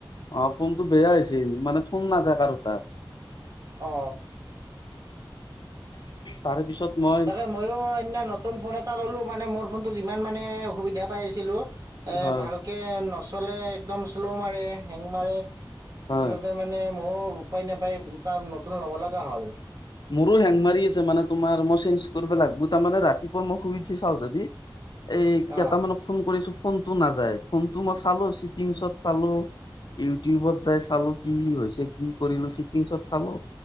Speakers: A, on the left; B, on the right.
A: অ ফোনটো বেয়া হৈছিল মানে ফোন নাযায় কাৰো তাৰ
B: অ
A: তাৰে পিছত মই
B: তাকে ময়ো এদিনা নতুন ফোন এটা ল'লোঁ মানে মোৰ ফোনটো যিমান মানে অসুবিধা পাইছিলোঁ এ
A: হয়
B: ভালকে নচলে একদম শ্ল' মাৰে হেং মাৰে
A: হয়।
B: সেইবাবে মানে ময়ো উপায় নাপায় তাৰ নতুন ল'ব লগা হ'ল
A: মোৰো হেং মাৰি আছে মানে তোমাৰ মই চেঞ্জ কৰিব লাগিব তাৰ মানে ৰাতিপুৱা মই শুই উঠি চাওঁ যদি এই
B: অ
A: কেইটামানক ফোন কৰিছো ফোনটো নাযায় ফোনটো মই চালো চিটিংছত চালো ইউটিউবত যাই চালো কি হৈছে কি কৰিলো চিটিংছত চালো